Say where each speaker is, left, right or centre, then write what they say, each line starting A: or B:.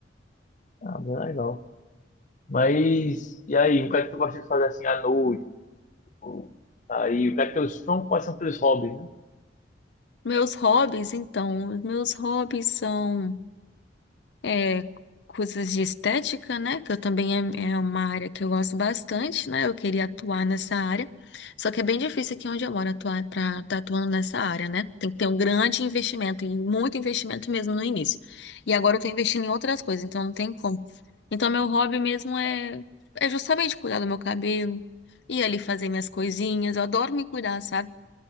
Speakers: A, on the left (about 45°); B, on the left (about 70°).
A: ah, bem legal. Mas, e aí, o que é que tu gosta de fazer assim à noite? Ou, Aí, o que é que teus, como- quais são teus hobbies, né? Não
B: Meus hobbies, então, os meus hobbies são. é, coisas de estética, né? Que eu também é, é uma área que eu gosto bastante, né? Eu queria atuar nessa área. Só que é bem difícil aqui onde eu moro atuar para estar atuando nessa área, né? Tem que ter um grande investimento, e muito investimento mesmo no início. E agora eu estou investindo em outras coisas, então não tem como. Então, meu hobby mesmo é, é justamente cuidar do meu cabelo. ir ali fazer minhas coisinhas, eu adoro me cuidar, sabe?